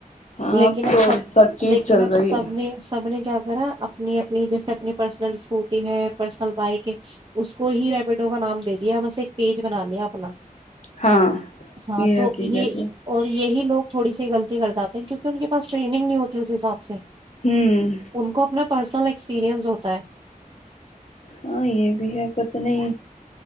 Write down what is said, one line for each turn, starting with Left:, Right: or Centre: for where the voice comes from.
Left: ہاں
Right: لیکن
Left: تو
Right: اب سب
Left: چیز
Right: لیکن
Left: چل
Right: اب
Left: رہی
Right: سب
Left: ہے
Right: نے سب نے کیا کرا اپنی اپنی جیسے اپنی پرسنلکوٹ ہے پرسنل بائک اس کو ہی ریپیڈو کا نام دے دیا بس ایک پیج بنا لیا اپنا
Left: ہاں
Right: ہاں
Left: یہ
Right: تو
Left: حقیقت
Right: یہ
Left: ہے
Right: اور یہی لگ تھوڑی سی غلی کر جاتے ہیں کیونکہ ان کے پاسٹرینگ نہیں ہوتی اس حساب سے
Left: ہوں
Right: ان کو اپنا پرسنل ایکسپییرئنس ہوتا ہے
Left: ہاں یہ بھی ہے پت نہیں